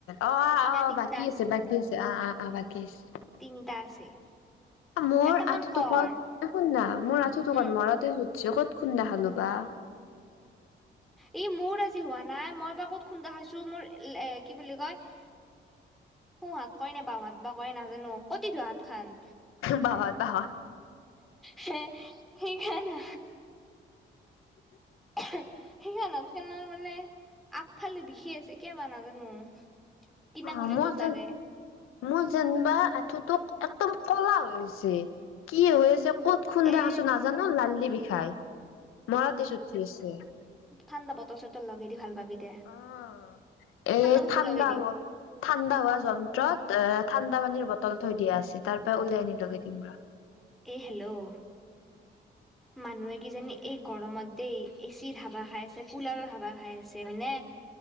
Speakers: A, on the left; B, in the centre.
A: অ'
B: এতিয়া
A: অ' অ'
B: তিনটা
A: বাকী আছে বাকী আছে অঁ অঁ অঁ বাকী আছে
B: তিনটা আছে
A: মোৰ
B: এটা কাম
A: আঁঠু
B: কৰ
A: টোকত শুন না মোৰ আঁঠু
B: হম
A: টুোকত মৰতে ক'ত খুন্দা হালো বা
B: ই মোৰ আজি হোৱা নাই মই বাৰু ক'ত খুন্দা খাইছো মোৰ এ কি বুলি কয় সোহাত কয় ন বহাত বা কয় নাজানো অতিজোৱাত খান
A: বাহত বাহত।
B: স সেইখানা সেইখনত খানৰ মানে। আগফালে বিষি আছে কিয় বা নাজানো। কিনা
A: অহ
B: গুলিটো
A: ', মোৰ
B: তাৰে
A: যে মোৰ যেনিবা। তোক একদম কলা হৈ হৈছে। কি হৈ আছে ক'ত খুন্দেখ
B: এ
A: আছো নাজানো লাল্লি বিষাই মৰাতে চ উঠি আছে।
B: ঠাণ্ড বল চটল লাগে দি ভাল পাবি। দে
A: অহ ', এই
B: বস্তু
A: ঠাণ্ডা
B: লগাই দি
A: হোৱা ঠাণ্ডা হোৱা যন্ত্ৰত এ ঠাণ্ডা টা পানীৰ বটল থৈ দিয়া আছে তাৰ পৰা উলে আনি লগে দিম ৰহ।
B: এই হেল্ল', মানুহে কিজানি এই গৰমত দেই এ চিৰ ধবা খাই আছে কুলাৰৰ হাৱা খাই আছে মানে।